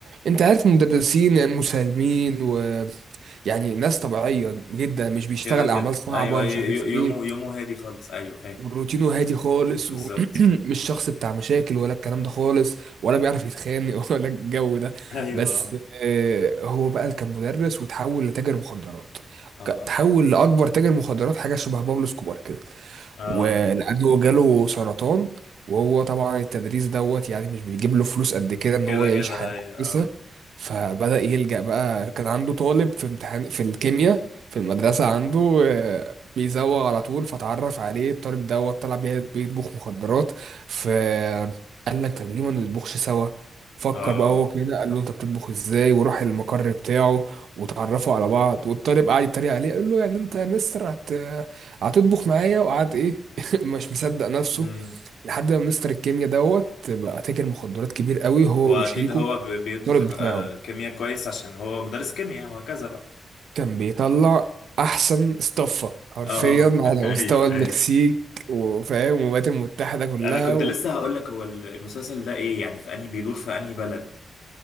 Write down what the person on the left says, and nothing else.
كده كده
ايوه
ي-
يومه يومه هادي خالص ايوه فاهم
بالظبط
<laughs> ايوه
اه
اه
كده
كده
ايوه
اه
اه
امم
واكيد
هو ب- بيطبخ
آه
كيمياء كويس عشان هو مدرس كيمياء وهكذا بقى
اه
<laughs> ايوه
ايوه
انا كنت لسه هقول لك هو المسلسل ده ايه يعني في انهي بيدور في انهي بلد